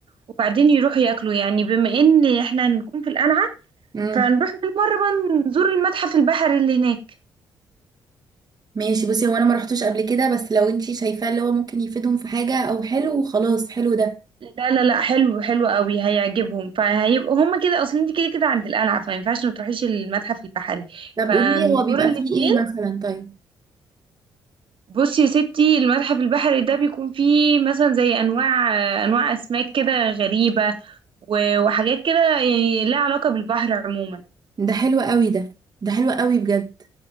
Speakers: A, on the right; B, on the right.
A: وبعدين يروحوا ياكلوا يعني بما ان احنا هنكون في القلعة
B: مم.
A: فنروح بالمرة بقى نزور المتحف البحري اللي هناك
B: ماشي بصي هو انا ما رحتوش قبل كده بس لو انتي شايفاه اللي هو ممكن يفيدهم في حاجة او حلو خلاص حلو ده
A: لا لا لا حلو حلو قوي هيعجبهم فهيبقوا هما كده اصل انت كده كده عند القلعه فما ينفعش ما تروحيش المتحف البحري
B: طب
A: فنزور
B: قولي لي هو بيبقى
A: الاثنين
B: فيه ايه مثلا طيب
A: بصي يا ستي المتحف البحري ده بيكون فيه مثلا زي انواع انواع اسماك كده غريبه و- وحاجات كده يعني لها علاقه بالبحر عموما
B: ده حلو قوي ده ده حلو قوي بجد